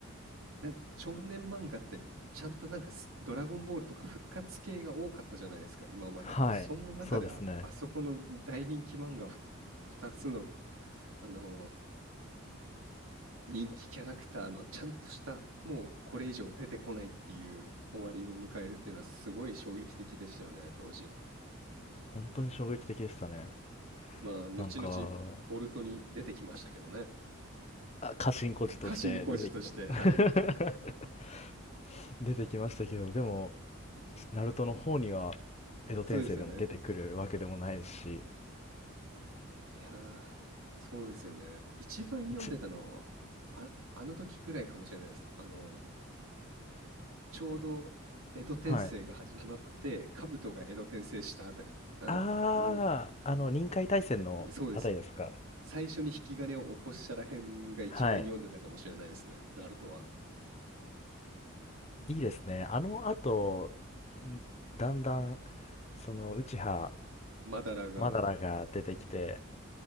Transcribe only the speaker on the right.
なんか少年漫画ってちゃんとなんかスドラゴンボールとか復活系が多かったじゃないですか、今まで。
そんな中であ、
あそこの大人気漫画ふ2つの、あの人気キャラクターのちゃんとした、もうこれ以上出てこないっていう終わりを迎えるっていうのはすごい衝撃的でしたよね、当時。
まあ、後々ボルトに出てきましたけどね。
家臣小路として、はい。
そうですよね。いやー、そうですよね。一番読んでたのは、
あ、あの時くらいかもしれないです。あの、ちょうど江戸転生が始まって、
兜が江戸転生したあたり、あの、
を
そうです。最初に引き金を起こしたらへんが一番読んでたかもしれないですね、
ナルトは。
マダラが、